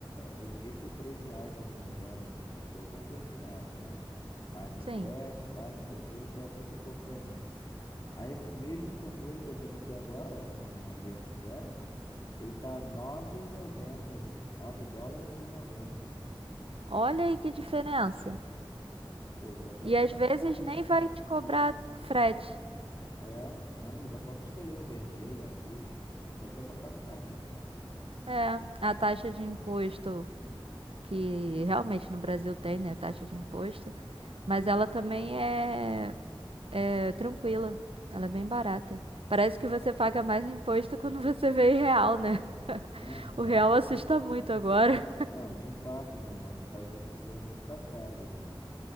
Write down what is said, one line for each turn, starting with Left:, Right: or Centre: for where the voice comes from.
Left: 83 reais, se eu não me engano, cento e pouco, uma coisa assim na época, né? Mais o
Right: sim.
Left: frete, pai, não sei o que, ele só cento e pouco pra mim. Aí esse mesmo controle, tô vendo aqui agora no AliExpress, ele tá nove e noventa nove dólares e noventa
Right: Olha aí que diferença.
Left: Pô, vou até
Right: E
Left: botar
Right: às vezes
Left: no carrinho,
Right: nem vai
Left: pô.
Right: te cobrar frete.
Left: É, não, e ainda posso escolher vermelho, azul. Vou até botar no carrinho,
Right: É, a taxa de imposto que realmente no Brasil tem, né? Taxa de imposto, mas ela também é, é tranquila, ela é bem barata. Parece que você paga mais imposto quando você vê em real, né? <laughs>
Left: né? vi- Na,
Right: O real assusta muito agora.
Left: não, de fato, né? Nosso país aqui tá sendo muito taxado, né?